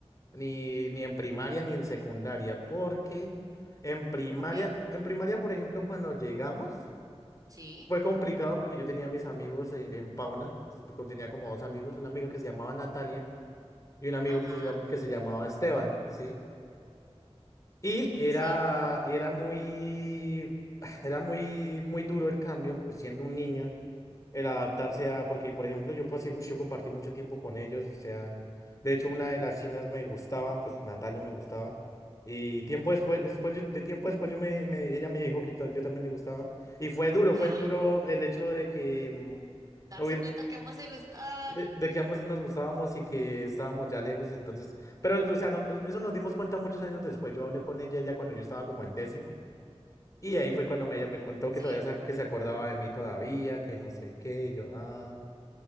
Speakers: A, on the left; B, on the right.
A: ni, ni en primaria ni en secundaria, porque en primaria,
B: ¿por qué?
A: en primaria, por ejemplo, cuando llegamos...
B: Sí,
A: Fue complicado porque yo tenía mis amigos e- en, Pauna, as- como tenía como dos amigos, una amiga que se llamaba Natalia y un amigo
B: ajá,
A: que se, llam- que se llamaba Esteban, ¿sí? Y era,
B: sí.
A: era muy, <sighs> era muy, muy duro el cambio, pues siendo un niño el adaptarse a, porque por ejemplo yo pues sí, uy, yo compartí mucho tiempo con ellos, o sea, de hecho una de las chinas me gustaba, pues Natalia me gustaba, y tiempo
B: Uf.
A: después, después yo- de tiempo después yo me, me- ella me dijo que ta- yo también le gustaba, y fue duro,
B: <gasps>
A: fue
B: ¡Ah!
A: el duro el hecho de que, mm,
B: Darse
A: no hubiera-
B: cuenta que ambos se gustaban.
A: de, de que ambos nos gustábamos y que estábamos ya lejos, entonces, pero o sea, no- eso nos dimos cuenta muchos años después, yo hablé con ella ya cuando yo estaba como en décimo. Y ahí fue cuando me-
B: Ujú,
A: ella me contó que
B: Sí.
A: todavía se, que se acordaba de mí todavía, que no sé qué, y yo, ah.